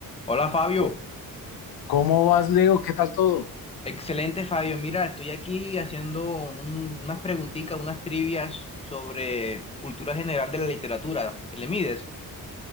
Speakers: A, on the left (about 15°); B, on the left (about 85°).
A: Hola Fabio,
B: O- ¿Cómo vas, Leo? ¿Qué tal todo?
A: excelente Fabio. Mira, estoy aquí haciendo un- unas preguntitas, unas trivias sobre cultura general de la literatura. ¿Te le mides?